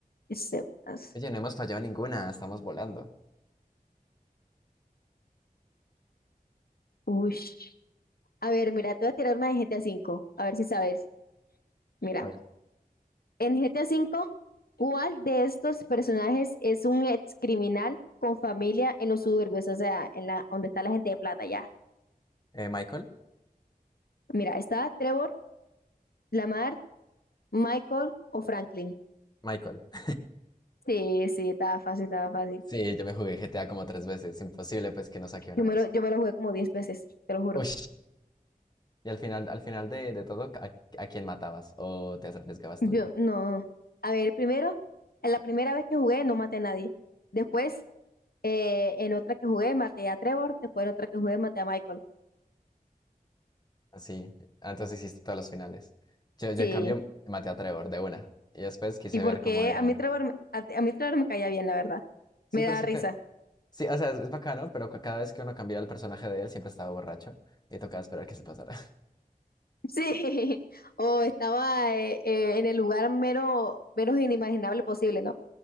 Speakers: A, on the left; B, on the left.
A: que sepas?
B: Oye, no hemos fallado ninguna, estamos volando.
A: Uy. A ver, mira, te voy a tirar una de GTA V, a cinco, a ver si sabes. Mira,
B: A ver,
A: en GTA cinco, ¿cuál de estos personajes es un ex criminal con familia en los suburbios? O sea, en la, donde está la gente de plata ya.
B: eh, Michael,
A: Mira, está Trevor, Lamar, Michael o Franklin.
B: Michael. <laughs>
A: Sí, sí, estaba fácil, estaba fácil.
B: Sí, yo me jugué GTA como tres veces, imposible pues que no saque una
A: Yo
B: de
A: me
B: esas.
A: lo, yo me lo jugué como 10 veces, te lo juro.
B: Ush. Y al final, al final de, de todo, ¿a, a quién matabas o te arriesgabas
A: Yo,
B: tu vida?
A: no. A ver, primero, en la primera vez que jugué no maté a nadie. Después, eh, en otra que jugué maté a Trevor. Después en otra que jugué maté a Michael.
B: Así, antes hiciste todas las finales. Yo, yo
A: Sí.
B: en cambio maté a Trevor de una. Y después quise
A: Y porque
B: ver cómo era.
A: a mí Trevor, me- a, a mí Trevor me caía bien, la verdad.
B: Sí,
A: Me
B: pero
A: da
B: es que...
A: risa.
B: ca- Sí, o sea, es, es bacano, pero ca- cada vez que uno cambiaba el personaje de él siempre estaba borracho. Y tocaba esperar que se pasara. <laughs>
A: Sí. <laughs> O estaba eh, eh, en el lugar menos, menos inimaginable posible, ¿no?